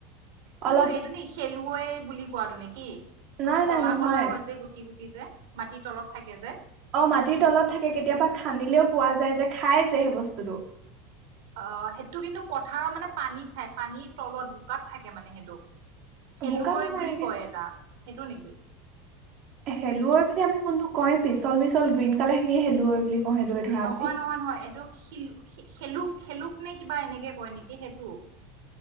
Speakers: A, on the right (about 75°); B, on the right (about 40°).
A: কিন্তু
B: অলপ
A: এইটো নে খেলুৱৈ বুলি কোৱাটো নেকি?
B: নাই
A: কলা-
B: নাই নহয়।
A: কলা হয় যে গুটি -গুটি যে মাটিৰ তলত থাকে যে।
B: অ মাটিৰ তলত থাকে কেতিয়াবা খান্দিলেও পোৱা যায় যে খাই যে সেই বস্তুটো।
A: অ সেইটো কিন্তু পথাৰৰ মানে পানীত পায়, পানীৰ তলত বোকাত থাকে মানে সেইটো। খেলুৱৈ
B: বোকাত নহয়
A: বুলি
B: এনেকে,
A: কয় এটা সেইটো নেকি
B: হেলুৱৈ বুলি আমি কোনটো কই পিছল পিছল গ্ৰীণ‌ ‌কালাৰ খিনি‌ হেলো শেলুৱৈ বুলি কওঁ হেলুৱৈ ধৰা
A: নহয়
B: বুলি।
A: নহয় নহয় এইটো শিল শেলুক খেলুক নে কিবা এনেকে কয় নেকি সেইটো।